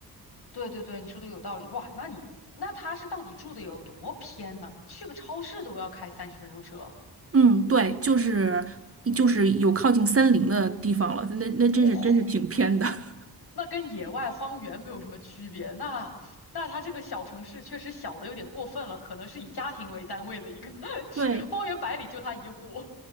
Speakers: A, on the left (about 70°); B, on the right (about 35°).
A: 对对对，你说的有道理，哇，那你那他是到底住的有多偏呢？去个超市都要开三十分钟车，
B: 嗯，对，就是就是有靠近森林的地方了，那那真是真是挺偏的。
A: 哇、
B: <laughs>
A: 那跟野外荒原没有什么区别。那那它这个小城市确实小的有点过分了，可能是以家庭为单位的一个 <laughs>，是方圆百里就它一户。
B: 对